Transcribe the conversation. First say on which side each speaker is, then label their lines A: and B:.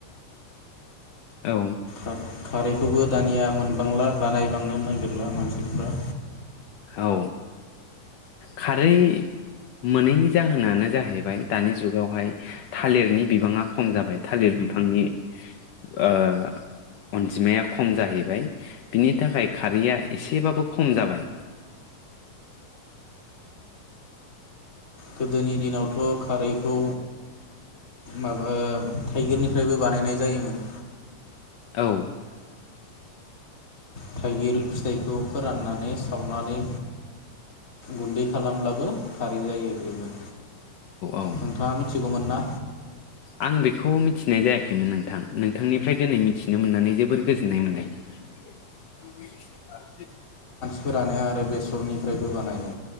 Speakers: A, on the left; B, on the left.
A: औ
B: ओ खारैखौबो दानिया मोनबांला बानायबांनो नागिरला मानसिफ्रा
A: औ खारै मोनैनि जाहोनानो जाहैबाय दानि जुगावहाय थालिरनि बिबाङा खम जाबाय थालिर बिफांनि ओ अनजिमाया खम जाहैबाय बिनि थाखाय खारैआ एसेबाबो खम जाबाय
B: गोदोनि दिनावथ' खारैखौ माबा थाइगिरनिफ्रायबो बानायनाय जायोमोन
A: औ
B: थाइगिर फिथाइखौ फोराननानै सावनानै गुन्दै खालामब्लाबो खारै जायो बेबो
A: औ
B: नोंथाङा मिथिगौ मोनना
A: आं बेखौ मिथिनाय जायाखैमोन नोंथां नोंथांनिफ्राय दिनै मिथिनो मोननानै जोबोर गोजोननाय मोनदों <unintelligible>
B: फोरानो आरो बेसरनिफ्रायबो बानायो